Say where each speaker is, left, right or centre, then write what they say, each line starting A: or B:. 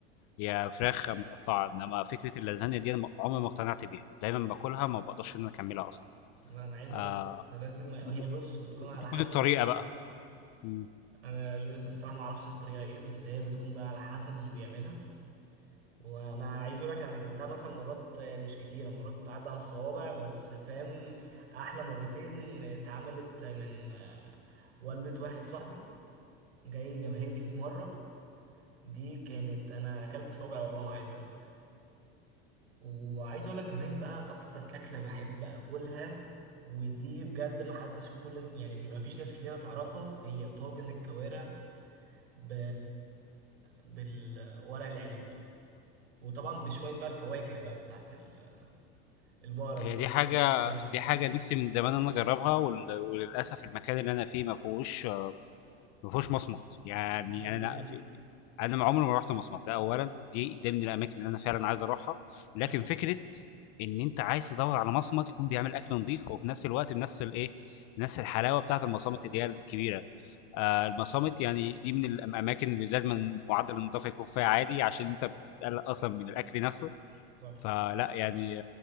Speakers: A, on the left (about 60°); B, on the right (about 90°).
A: هي فراخ متقطعة، إنما فكرة اللازانيا دي أنا م عمري ما اقتنعت بيها، دايمًا باكلها ما باقدرش إن أنا أكمّلها أصلًا.
B: لا، أنا عايز
A: آآ
B: أقولك أنت لازم هي
A: م
B: بص بتكون
A: ممكن
B: على
A: تكون
B: حسب
A: الطريقة
B: مين اللي عملها
A: بقى. إمم.
B: انا لسه الصراحه ما اعرفش الطريقه ايه بس هي بتكون بقى على حسب اللي بيعملها وانا عايز اقول لك انا اكلتها مثلا مرات آه، مش كتيره مرات تعدى على الصوابع بس فاهم احلى مرتين آه، اتعملت آه، من آه، والدة واحد صاحبي جاي جابها لي في مره دي كانت انا اكلت صابع وراها عايز اقول لك وعايز اقول لك كمان بقى اكتر اكله بحب اكلها ودي بجد محدش كل يعني مفيش ناس كتيره تعرفها هي طاجن الكوارع ب... بالورق العنب وطبعا بشوية بقى الفواكه بقى بتاعت ال- البقرة
A: هي
B: دي انت
A: دي حاجة
B: فاهمني
A: دي حاجة نِفْسي من زمان إن أنا أجرّبها وال وللأسف المكان اللي أنا فيه ما فيهوش ما فيهوش مصمَت، يعني
B: امم
A: أنا في أنا ما عمري ما رُحت مصمَت ده أولًا، دي ده من الأماكن اللي أنا فعلًا عايز أروحها، لكن
B: اه
A: فكرة إن أنت عايز تدوّر على مصمَت يكون بيعمل أكل نضيف وفي نَفْس الوقت بنَفْس الإيه، بنَفْس الحلاوة بتاعة المصامِت
B: صح
A: اللي هي الكبيرة، آآ المصامِت يعني دي من الأماكن اللي لازمًا معدّل النضافة يكون فيها عالي عشان أنت بتقلّق أصلًا من الأكل نَفْسه،
B: صح
A: فلأ يعني